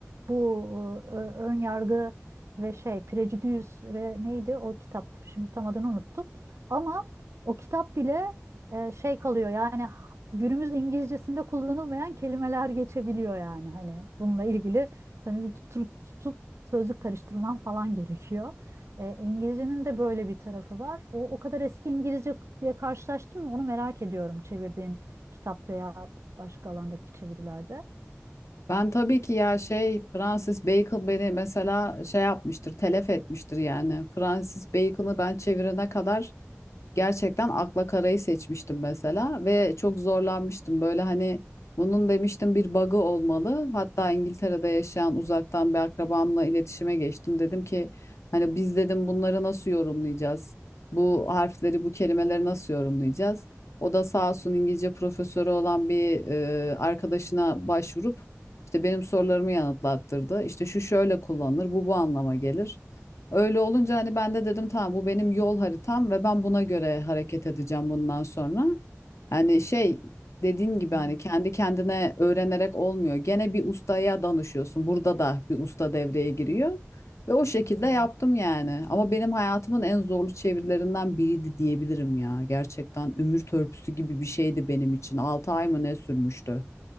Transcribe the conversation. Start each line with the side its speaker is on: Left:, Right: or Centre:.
Right: Bu e, ö- ön yargı ve şey Prejudüs ve neydi o kitap? Şimdi tam adını unuttum. Ama o kitap bile e, şey kalıyor yani ha- günümüz İngilizcesinde kullanılmayan kelimeler geçebiliyor yani hani bununla ilgili seni bir tutup, tutup sözlük karıştırman falan gerekiyor. E, İngilizcenin de böyle bir tarafı var. O, o kadar eski İngilizceyle karşılaştın mı? Onu merak ediyorum çevirdiğin kitap veya başka alandaki çevirilerde.
Left: Ben tabii ki ya şey Francis Bacon beni mesela şey yapmıştır, telef etmiştir yani. Francis Bacon'ı ben çevirene kadar Gerçekten akla karayı seçmiştim mesela ve çok zorlanmıştım. Böyle hani bunun demiştim bir bug'ı olmalı. Hatta İngiltere'de yaşayan uzaktan bir akrabamla iletişime geçtim. Dedim ki hani biz dedim bunları nasıl yorumlayacağız? Bu harfleri, bu kelimeleri nasıl yorumlayacağız? O da sağ olsun İngilizce profesörü olan bir e, arkadaşına başvurup işte benim sorularımı yanıtlattırdı. İşte şu şöyle kullanılır, bu bu anlama gelir. Öyle olunca hani ben de dedim tamam bu benim yol haritam ve ben buna göre hareket edeceğim bundan sonra. Hani şey dediğin gibi
Right: Hmm.
Left: hani kendi kendine öğrenerek olmuyor. Gene bir ustaya danışıyorsun. Burada da bir usta devreye giriyor. Ve o şekilde
Right: Hı
Left: yaptım yani. Ama benim hayatımın en zorlu çevirilerinden biriydi diyebilirim ya. Gerçekten ömür törpüsü gibi bir şeydi benim için. altı ay mı ne sürmüştü?